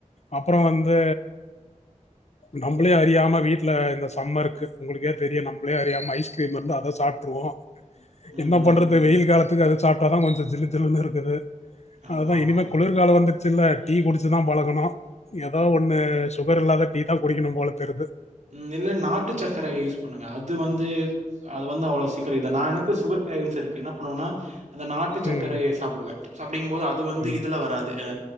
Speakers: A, on the left; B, on the right.
A: அப்புறோ வந்து நம்மளே அறியாம வீட்ல இந்த சம்மருக்கு உங்களுக்கே தெரியு நம்மள அறியாம ஐஸ்கிரீம் இருந்தா அத சாப்ட்டுருவோ
B: ம்
A: என்ன பண்றது
B: ம் ம்
A: வெயில் காலத் இது அத சாப்ட்டாதா கொஞ்சோ ஜிலு ஜிலுனு இருக்குது
B: ஆமா
A: அதுதா
B: ஆமா
A: இனிமே குளிர்காலோ வந்து சின்ன டீ குடிச்சுதா பழகணு ஏதோ ஒண்ணு சுகர் இல்லாத டீதா குடிக்கணும் போல தெருது
B: ம் இல்ல நாட்டு சக்கரைய யூஸ் பண்ணுங்க அது வந்து அது வந்து அவ்ள சீக்கிர இத நா எனக்கு சுகர் க்ரேவிங்ஸ் இருக்கு என்ன பண்ணுவன்னா அந்த நாட்டு சக்கரைய
A: ம்.
B: சாப்புடுவே அப்டிங்போது அது வந்து
A: ம்.
B: இதுல வராது அ